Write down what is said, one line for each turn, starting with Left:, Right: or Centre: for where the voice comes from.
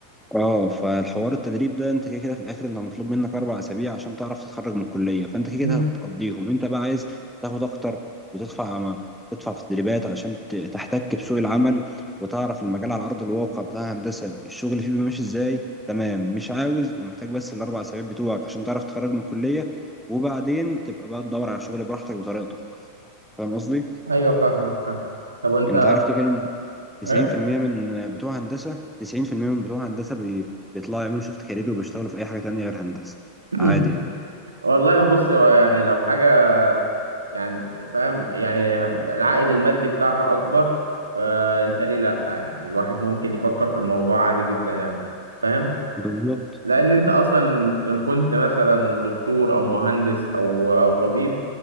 Centre: اه فالحوار التدريب ده انت كده كده في الاخر انت مطلوب منك اربع اسابيع عشان تعرف تتخرج من الكليه فانت كده كده
Right: مم.
Centre: هتقضيهم انت بقى عايز تاخد اكتر وتدفع ما تدفع في التدريبات عشان ت- تحتك بسوق العمل وتعرف المجال على ارض الواقع بتاع الهندسه الشغل فيه بيمشي ازاي تمام مش عاوز ومحتاج بس الاربع اسابيع بتوعك عشان تعرف تتخرج من الكليه وبعدين تبقى بقى تدور على شغل براحتك بطريقتك فاهم قصدي
Right: ايوه فاهمك فاهم طب وانت
Centre: انت عارف كده كده 90%
Right: ايه
Centre: من بتوع هندسة 90% من بتوع هندسة بي... بيطلعوا يعملوا شيفت كارير وبيشتغلوا في أي حاجة تانية غير هندسة
Right: <coughs> <laughs>
Centre: عادي يعني
Right: والله بص هو يعني لو حاجه يعني فاهم يعني العائد المادي بتاعها اكبر فانت ليه لا يعني الواحد ممكن يفكر في الموضوع عادي جدا يعني فاهم
Centre: بالظبط
Right: لان انت اصلا ان كنت مثلا دكتور او مهندس او او طبيب